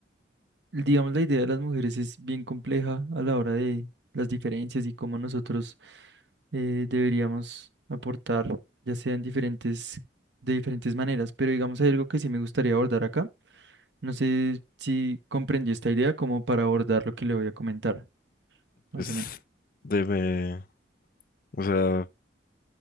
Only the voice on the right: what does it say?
digamos, la idea de las mujeres es bien compleja a la hora de las diferencias y cómo nosotros eh, deberíamos aportar, ya sean diferentes, de diferentes maneras. Pero digamos, hay algo que sí me gustaría abordar acá. No sé si comprendió esta idea como para abordar lo que le voy a comentar, más
o menos.